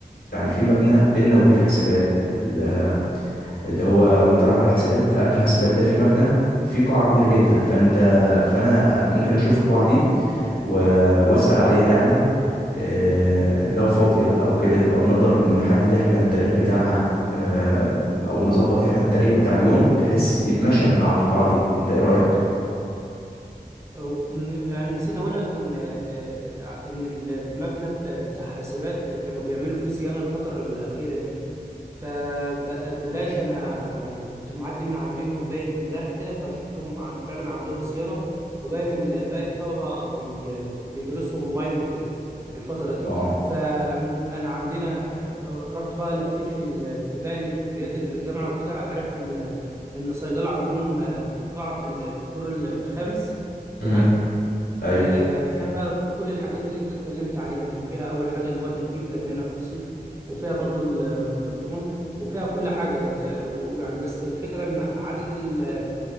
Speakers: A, on the left; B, on the right.
A: يعني في مبنى بيننا وبين حاسبات ال- اللي هو وانت رايح على حاسبات قبل حاسبات ده في مبنى في قاعة كبيرة جدا فانت فانا ممكن اشوف القاعة دي و... واسأل عليها يعني آه، لو فاضية او كده او نقدر نحدد احنا التاريخ بتاعها آه، او نظبط احنا التاريخ بتاع اليوم بحيث يتمشى مع القاعة دي انت ايه رأيك؟
B: أو- م- يعني نسيت اقول لك ان آه، ان المبنى ب- بتاع حاسبات كانوا بيعملوا فيه صيانة الفترة الأخيرة دي فبلاش انا يعني كنت معدي من عليهم باين امبارح كده فشفتهم عن فعلا عندهم صيانه وباين ال- باقي الطلبه بي بيدرسوا اونلاين وكده الفتره دي
A: اه
B: فانا عندنا آه، رحت بقى لفيت في ال- في باقي الكليات اللي في الجامعه وكده عرفت ان ان صيدله عندهم آه، قاعه في ال- في الدور ال- الخامس تمام
A: مم. ايوه
B: آه، فيها بقى كل الحاجات اللي انت اتكلمت عليها دي فيها اول حاجة اللي هو التكييف لاننا في الصيف وفيها برضو الميكروفون وفيها كل حاجة ده- ويعني بس الفكرة ان عدد ال-